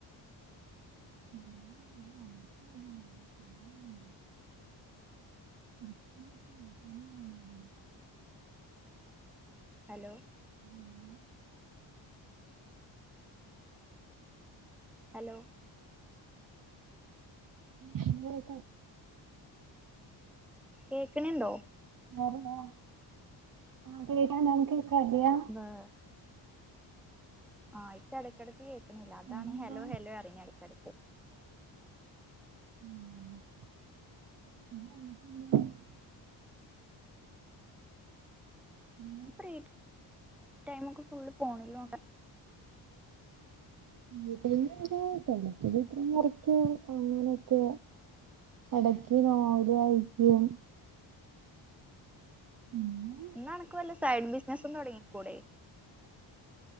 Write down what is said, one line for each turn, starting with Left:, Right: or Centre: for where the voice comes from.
Right: <inaudible> <unintelligible>
Centre: ഹലോ
Right: ഉം
Centre: ഹലോ
Right: ഹലോ ക
Centre: കേക്ക്ണ് ണ്ടൊ
Right: വേറെന്താ ആഹ് കേൾക്ക്ണണ്ട് അൻക്കേക്കണ്ല്യാ
Centre: ങ്ങാ ആഹ് അയിറ്റടക്കടക്ക് കേൾക്കണില്ല അതാണ്
Right: വേറെന്താ
Centre: ഹെലോ ഹെലോറിഞ്ഞടക്കടക്ക്
Right: ഉംപിന്നെ ന്തോ ക്കെണ്ട് ഊ മ്
Centre: ഫ്രീ ടൈമൊക്കെ ഫുള്ള് ഫോണിലോക്ക
Right: വീട്ട്ന്നൊകെ <unintelligible> <unintelligible> ങ്ങനൊക്കെ എടക്കി നോവല് വാഴ്ക്യും മ് നേ
Centre: ന്നാ അൻക്ക് വല്ല സൈഡ് ബിസിനസ്സും തൊടങ്ങി കൂടെ